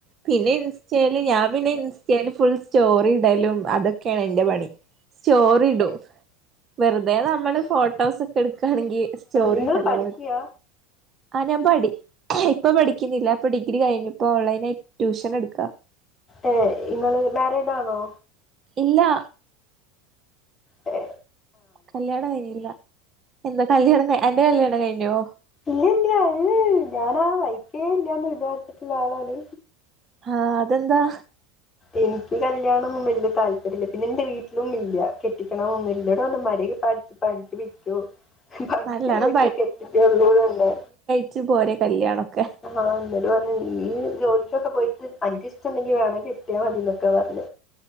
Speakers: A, on the right; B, on the left.
A: പിന്നെ ഇൻസ്റ്റൽ ഞാൻ പിന്നെ ഇൻസ്റ്റൽ ഫുൾ സ്റ്റോറിടലും അതൊക്കെയാണ് എന്റെ പണി സ്റ്റോറിടും വെറുതെ നമ്മള് ഫോട്ടോസ് ഒക്കെ എടുക്കയാണെങ്കിൽ സ്റ്റോറി
B: നിങ്ങൾ
A: ഉണ്ടല്ലോ
B: പഠിക്കുക
A: ആഹ് ഞാൻ പഠി ഇപ്പൊ പഠിക്കുന്നില്ല ഇപ്പൊ ഡിഗ്രി കഴിഞ്ഞു ഇപ്പ ഓൺലൈനായി ട്യൂഷൻ എടുക്ക
B: ഏ നിങ്ങള് മാരീഡ് ആണോ
A: ഇല്ല
B: ഏ
A: കല്യാണം കഴിഞ്ഞില്ല എന്താ കല്യാണം അന്റെ കല്യാണം കഴിഞ്ഞോ?
B: ഇല്ല ഇല്ല ഏയ് ഞാൻ ആ വഴിക്കേ ഇല്ലന്ന് വിചാരിച്ചിട്ടുള്ള ആളാണ്
A: ഹാ അതെന്താ?
B: എനിക്ക് കല്യാണമൊന്നും വലിയ താല്പര്യമില്ല പിന്നെ എന്റെ വീട്ടിലും ഇല്യാ കെട്ടിക്കണംമൊന്നും ഇല്ല മര്യാദക്ക് പടി പണിക്ക് പൊയ്ക്കോ പണിക്ക്
A: നല്ലോണം
B: പോയിട്ടേ കെട്ടിക്കോള്ളുന്ന്ണ്ട്
A: ച്ചു പോരെ കല്യാണൊക്കെ
B: ആഹ് എന്നോട് പറഞ്ഞത് നീ ജോലിക്കൊക്കെ പോയിട്ട് അനക്കിഷ്ടമുണ്ടെങ്കിൽ വേണങ്കിൽ കെട്ടിയാൽ മതി എന്നൊക്കെ പറഞ്ഞ